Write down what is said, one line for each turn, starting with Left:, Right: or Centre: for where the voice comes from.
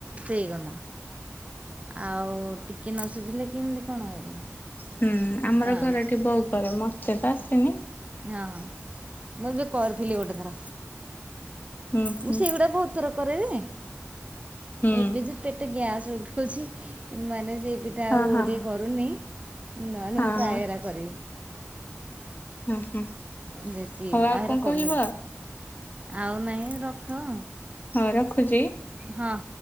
Right: ସେଇ କଥା। ଆଉ ଟିକେ ନସିଜିଲେ କେମିତି କଣ। <unintelligible>
Left: ହୁଁ। ଆମର
Right: ଟାନ୍
Left: ଘରଠି ବୋଉ କରେ। ମତେ ତ ଆସିନି।
Right: ଅ ହଁ। ମୁଁ ଏବେ କରିଥିଲି ଗୋଟେ ଥର।
Left: ହୁଁ
Right: ମୁଁ
Left: ହୁଁ।
Right: ସେଇଗୁଡା ବହୁତଥର କରେ ଯେ,
Left: ହୁଁ
Right: ଏବେ ଯଉ ପେଟ ଗ୍ୟାସ୍ ଉଠଉଚି ମାନେ ସେଇ ପିଠା
Left: ହଁ
Right: ଆଉ
Left: ହଁ
Right: ଟିକେ କରୁନି, ନହେଲେ
Left: ହଁ
Right: ମୁଁ ପ୍ରାୟ ଏରା କରିବି।
Left: ହଁ ହଁ
Right: ବେସି
Left: ହଉ
Right: ଆ
Left: ଆଉ
Right: ହେରା
Left: କଣ
Right: କରୁନି।
Left: କହିବ?
Right: ଆଉ ନାଇଁ ରଖ।
Left: ହଁ ରଖୁଚି।
Right: ହଁ।